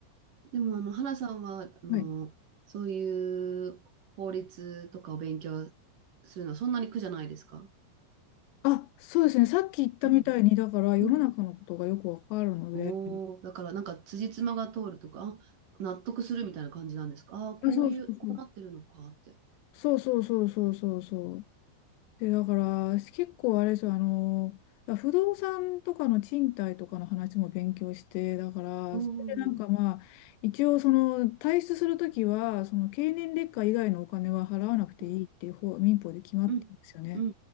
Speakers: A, on the right; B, on the left.
A: でも、あの、花さんは、あの、
B: はい。
A: そういう法律とかを勉強するのはそんなに苦じゃないですか
B: あ、そうですね。さっき言ったみたいに、
A: うん。
B: だから世の中のことがよくわかるので。
A: うんおお、だからなんか辻褄が通るとか、あ、納得するみたいな感じなんですか。ああー、
B: あ、
A: こういう、
B: そうそうそう。
A: こうなってるのかって。
B: そうそうそうそうそうそう。で、だから、結構あれですよ、あの、だ不動産とかの賃貸とかの話も勉強して、だから、
A: うん。
B: それでなんかまあ、一応その、退出するときは、その経年劣化以外のお金は払わなくていいっていう方、
A: うん。
B: 民法で決まってるんですよね。
A: うん。うん。う